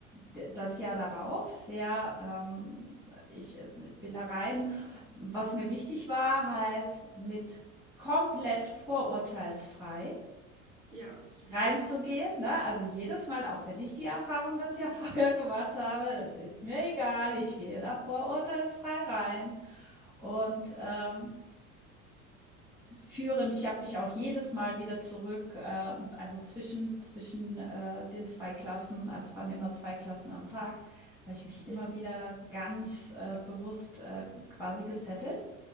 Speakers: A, in the centre; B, on the right.
A: d- das Jahr darauf sehr, ähm, ich äh, bin da rein, was mir wichtig war, halt mit komplett vorurteilsfrei
B: Ja, absolut.
A: reinzugehen, ne? Also jedes Mal, auch wenn ich die Erfahrung das Jahr <laughs> vorher gemacht habe, es ist mir egal, ich gehe da vorurteilsfrei rein. Und ähm, führend. Ich habe mich auch jedes Mal wieder zurück, äh, also zwischen, zwischen äh, den zwei Klassen, also es waren immer zwei Klassen am Tag, habe ich mich immer
B: Ja,
A: wieder ganz äh, bewusst äh, quasi gesettelt.